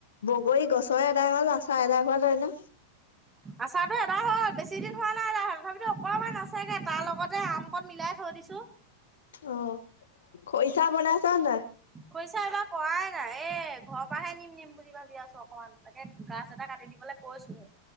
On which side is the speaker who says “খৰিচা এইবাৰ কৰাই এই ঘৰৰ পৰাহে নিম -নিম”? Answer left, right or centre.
Right